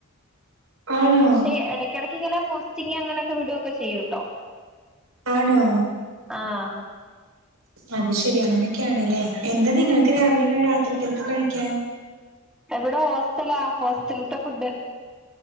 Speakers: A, on the right; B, in the centre.
A: ആണോ
B: പക്ഷെ ഇടയ്ക്കിടക്ക് ഇങ്ങനെ പോസ്റ്റിങ് അങ്ങനെയൊക്കെ വിടൊക്കെ ചെയ്യൂട്ടോ.
A: ആണോ?
B: ആഹ്
A: അത് ശെരി അങ്ങനെയൊക്കെയാണല്ലേ എന്താ നിങ്ങൾക്ക്
B: ഉം
A: രാവിലെ രാത്രിത്തേക്ക് കഴിക്കാൻ.
B: എവിടെ ഹോസ്റ്റ്ലാ ഹോസ്റ്റലത്തെ ഫുഡ്.